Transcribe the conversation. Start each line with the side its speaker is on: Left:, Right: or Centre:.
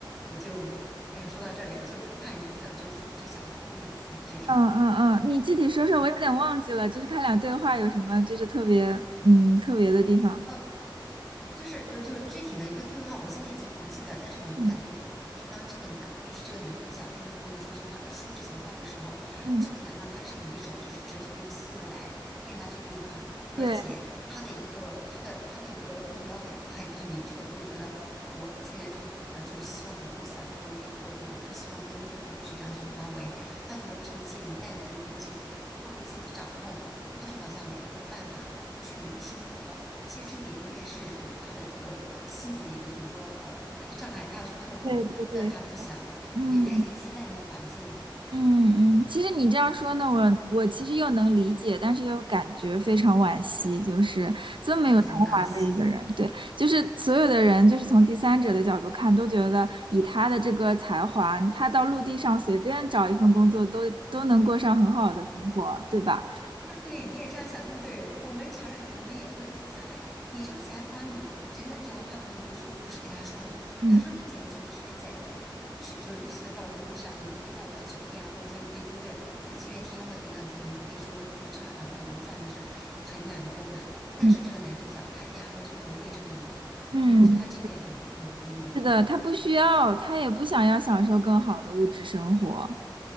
Centre: 我就，哎呀，说到这里，我就看一次，我就就想哭一次这种，
Right: 嗯嗯嗯，你具体说说，
Centre: 嗯，
Right: 我有点忘记了，就是他俩对话有什么，就是特别嗯特别的地方。
Centre: 呃，就是呃，就是具体的一个对话，我现在已经不记得，但是我能感受就，
Right: 嗯
Centre: 是当这个男，就是这个男主角跟他朋友说句话，说这些话的时候，
Right: 嗯，
Centre: 这个男的他是以一种就是哲学的一个思维来跟他去对话，而且他的一个他的他的一个目标很很很明确，
Right: 对
Centre: 就觉得我既然就是活着，就希望能够洒脱一点，或者说我不希望被一些恐惧感所包围。他觉得这一切一旦所有东西脱离自己的掌控，他就好像没有办法去生活了。其实这一点应该是有他的一个心理的一个，就是说，呃，一个障碍，他要去克服，
Right: 对对对，
Centre: 但他不想，
Right: 嗯
Centre: 对，他已经依赖那个环境了，
Right: 嗯嗯，其实你这样说呢，我我其实又能理解，但是又感觉非常惋惜，就是这么有才华的一个人，
Centre: 所以很可惜。
Right: 对，就是所有的人，就是从第三者的角度看，都觉得以他的这个才华，他到陆地上随便找一份工作都都能过上很好的生活，对吧？
Centre: 对，你也这样想，对不对？我们常人，我们也都会这么想。哎，你这个才华，你人家就好像他朋友不就不是给他说嘛，
Right: 嗯
Centre: 他说你简直就是天才，去就是一岁到了独立上，我们可以到一个酒店啊，或者说一个音乐就音乐厅或怎样子，我们都可以出驻唱，然后我们赚的是盆满钵满。但是这个男主角他压根儿就不为之动容，
Right: 嗯嗯。嗯
Centre: 你不觉得他这一点很牛很牛逼吗？
Right: 是的，他不需要，他也不想要享受更好的物质生活。